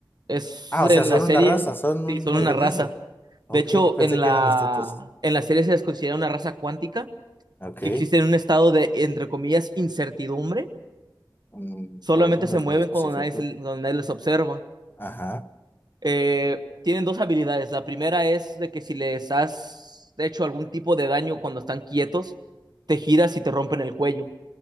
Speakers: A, on the right; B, on the left.
A: es
B: Ah,
A: en
B: o sea, son
A: la serie.
B: una raza, son
A: Sí,
B: un
A: son
B: organismo.
A: una raza.
B: Ok,
A: De hecho,
B: yo pensé
A: en la,
B: que eran estatuas.
A: en la serie se les considera una raza cuántica
B: Ok.
A: que existe en un estado de, entre comillas, incertidumbre.
B: Mm,
A: Solamente
B: Bueno,
A: se
B: no es
A: mueven
B: muy específico.
A: cuando nadie, se- cuando nadie les observa.
B: Ajá.
A: Eh, tienen dos habilidades. La primera es de que si les has hecho algún tipo de daño cuando están quietos, te giras y te rompen el cuello.